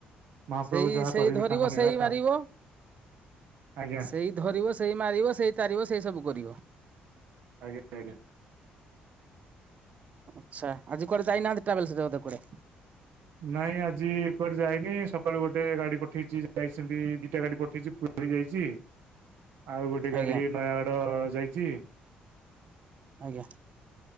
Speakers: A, on the right (about 75°); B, on the right (about 40°).
A: ମହାପ୍ରଭୁ
B: ସେଇ
A: ଯାହା
B: ସେଇ
A: କରିବେ
B: ଧରିବ
A: ତାଙ୍କ ନୀଳା
B: ସେଇ ମାରିବ
A: ଆଜ୍ଞା
B: ସେଇ ଧରିବ ସେଇ ମାରିବ ସେଇ ତାରିବ ସେଇ ସବୁ କରିବ।
A: ଆଜ୍ଞା ଆଜ୍ଞା।
B: ଆଛା ଆଜି କୁଆଡେ ଯାଇନାହାନ୍ତି ଟ୍ରାଭେଲସ ସହିଦ କୁଆଡ଼େ?
A: ନାଇଁ ଆଜି କୁଆଡେ ଯାଇନି ସକାଳୁ ଗୋଟେ ଗାଡି ପଠେଇଚି ଯାଇଚନ୍ତି ଦିଟା ଗାଡି ପଠେଇଚି ପୁରୀ ଯାଇଚି। ଆଉ ଗୋଟେ ଗାଡି
B: ଆଜ୍ଞା
A: ନୟାଗଡ ଯାଇଚି।
B: ଆଜ୍ଞା,